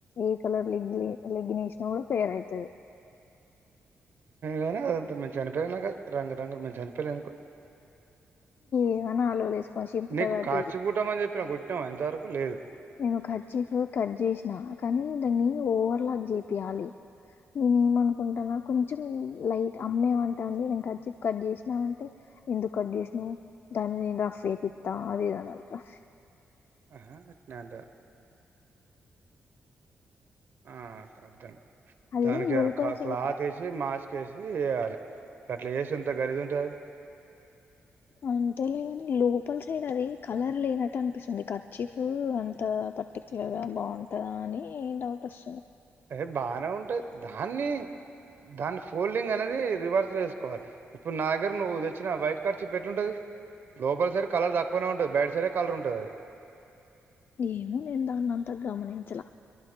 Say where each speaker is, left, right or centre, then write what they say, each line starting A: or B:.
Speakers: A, on the left; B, on the right.
A: ఏ కలర్ లెంగిన్ లెంగినేషినా కూడా ఫేర్ అయితది
B: గనీ అదంతా మంచి అనిపియలే నాకది రంగురంగులు మంచి అనిపియలే నాకు
A: ఏమన్నా ఆలువలు వేసుకొని చింపుతదట
B: నీకు కర్చిఫ్
A: ఇది
B: కుట్టామని చెప్పిన కు కుట్టినవా ఇంతవరకు లేదు
A: నేను కర్చిఫ్ కట్ చేసిన కానీ దన్ని ఓవర్ లాగ చేపియాలి నేను ఏమనుకుంటానా కొంచెం లైట్ అమ్మేమంటంది నేను కర్చిఫ్ కట్ చేసినా అంటే ఎందు కట్ చేసినవ్ దాన్ని నేను డ్రెస్ చేపిత్త అది ఇది అని అట్రా
B: ఆహా ఇట్నే ఉంటది ఆ హా అర్థంగా
A: అది
B: దానికి ఏదన్న
A: లోపల
B: క్లా
A: సైడ్
B: క్లాత్ యెషి చేసి ఏయ్యలి గట్లా చేస్తే ఎంత గలీజ్ ఉంటది అది
A: అంతేలే గని లోపల సైడ్ అది కలర్ లేనట్టు అనిపిస్తుంది కర్చిఫ్ అంత ఎలా తప్పించి ఎలా బాగుంటదా అని డౌట్ వస్
B: ఎహే బానే ఉంటది దాన్ని దాని ఫోల్డింగ్ అనేది రివర్స్ వేసుకోవాలి ఇప్పుడు నా దగ్గర నువ్వు తెచ్చిన వైట్ కర్చీఫ్ ఎట్లుంటది. లోపల సైడ్ కలర్ తక్కువనే ఉంటది బయటి సైడే కలర్ ఉంటది అది
A: ఏమె నేను దాన్నంతా గమనించ